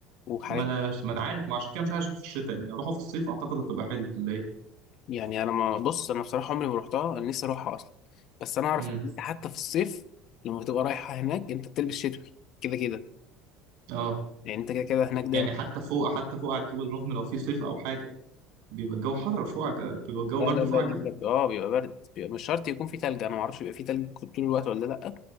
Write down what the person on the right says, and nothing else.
ما انا ما انا عارف ما عشان كده مش عايز اروح في الشتاء يعني اروحه في الصيف اعتقد هتبقى حلوه ولا ايه
امم
اه
يعني حتى فوق حتى فوق على الجبل رغم لو في صيف او حاجه بيبقى الجو حر فوق على الجبل. بيبقى الجو
برد
فوق على
الجبل